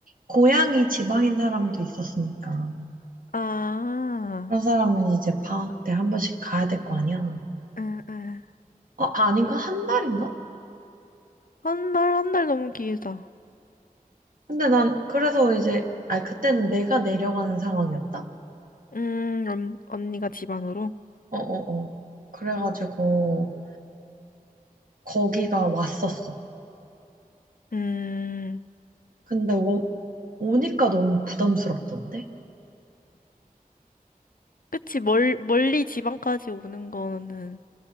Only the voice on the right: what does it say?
고향이 지방인 사람도 있었으니까.
그런 사람은 이제 방학 때 한 번씩 가야 될 거 아니야.
어, 아닌가? 한 달인가?
근데 난, 그래서 이제, 아니, 그때는 내가 내려가는 상황이었다?
어, 어, 어. 그래가지고, 거기가 왔었어.
근데 오, 오니까 너무 부담스럽던데?